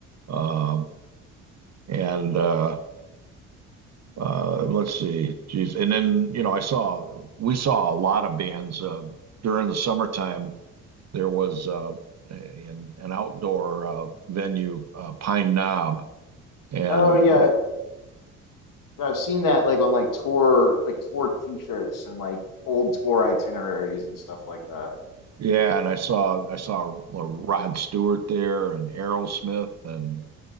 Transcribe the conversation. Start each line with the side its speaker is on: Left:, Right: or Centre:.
Right: Um, and uh, Uh, let's see. Geez. And then, you know, I saw, we saw a lot of bands uh, during the summertime. There was uh, an, an outdoor uh, venue, uh, Pine Knob. And
Left: Oh yeah,
Right: the,
Left: I've seen that like on like tour, like tour T-shirts and like old tour itineraries and stuff like that.
Right: yeah, and I saw, I saw Rod Stewart there and Aerosmith and